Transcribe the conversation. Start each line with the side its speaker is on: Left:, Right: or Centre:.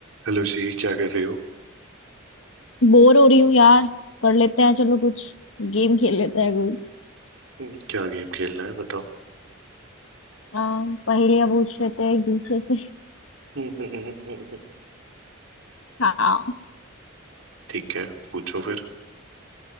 Right: Hello ji क्या कर रही हो
Left: Bore हो रही हूँ यार कर लेते हैं चलो कुछ गेम खेल लेते हैं कोई
Right: हम्म, क्या गेम खेलना है बताओ
Left: आ, पहेलियां पूछ लेते हैं एक दूसरे से
Right: <laughs> हम्म
Left: हाँ
Right: ठीक है पूछो फिर